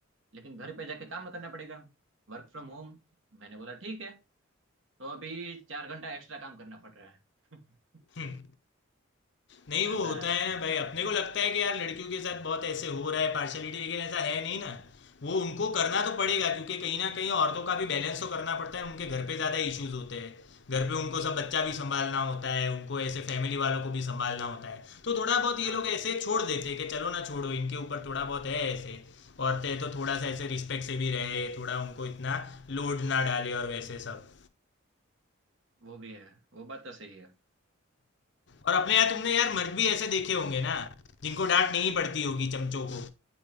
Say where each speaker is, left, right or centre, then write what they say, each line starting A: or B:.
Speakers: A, on the right (about 65°); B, on the left (about 55°).
A: लेकिन घर पे जाके काम करना पड़ेगा वर्क फ्रॉम होम मैंने बोला ठीक है तो अभी चार घंटा एक्स्ट्रा काम करना पड़ रहा है
B: हम्म। नहीं
A: <laughs> ऐसा
B: वो होता
A: है
B: है ना भाई अपने को लगता है कि यार लड़कियों के साथ बहुत ऐसे हो रहा है पार्शलिटी लेकिन ऐसा है नहीं ना वो उनको करना तो पड़ेगा क्योंकि कहीं ना कहीं औरतों का भी बैलेंस तो करना पड़ता है उनके घर पे ज़्यादा इश्यूज होते हैं घर पे उनको सब बच्चा भी संभालना होता है उनको ऐसे फैमिली वालों को भी संभालना होता है तो थोड़ा बहुत ये
A: हाँ
B: लोग ऐसे छोड़ देते हैं कि चलो ना छोड़ो इनके ऊपर थोड़ा बहुत है ऐसे औरतें तो थोड़ा सा ऐसे रिस्पेक्ट से भी रहे थोड़ा उनको इतना लोड ना डाले और वैसे सब
A: वो भी है वो बात तो सही है
B: और अपने यहाँ तुमने यार मर्द भी ऐसे देखे होंगे ना जिनको डांट नहीं पड़ती होगी चमचों को